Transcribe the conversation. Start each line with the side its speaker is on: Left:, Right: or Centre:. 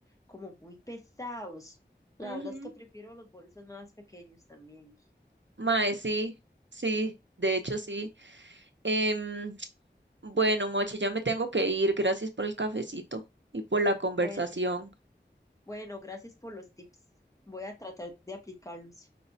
Left: como muy pesados. La
Right: Ujú.
Left: verdad es que prefiero los bolsos más pequeños también.
Right: Mae, sí, sí, de hecho sí. Em, bueno, Mochi, ya me tengo que ir. Gracias por el cafecito y por la conversación.
Left: Bueno. Bueno, gracias por los tips. Voy a tratar de aplicarlos.